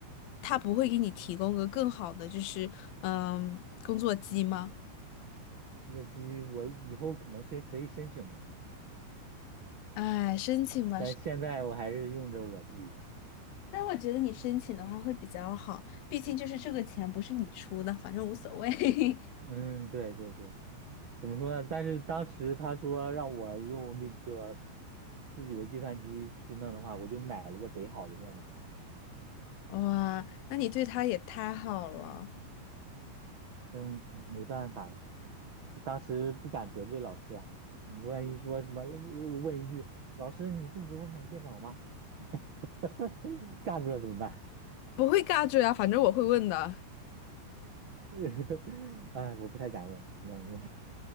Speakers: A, on the left; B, on the right.
A: 他不会给你提供个更好的，就是嗯，工作机吗？
B: 那个机我以后可能是可以申请吧，
A: 哎，申请吧，
B: 但现在我还是用着我自己的。
A: 申但我觉得你申请的话会比较好，毕竟就是这个钱不是你出的，反正无所谓。<laughs>
B: 嗯，对对对，怎么说呢？但是当时他说让我用那个自己的计算机去弄的话，我就买了个贼好的电脑。
A: 哇，那你对他也太好了，
B: 嗯，没办法呀，就当时不敢得罪老师呀。你万一说什么，我我问一句，老师你不给我买电脑吗？<laughs> 干出来怎么办？
A: 不会尬住呀，反正我会问的，
B: <laughs> 哎，我不太敢问，那你，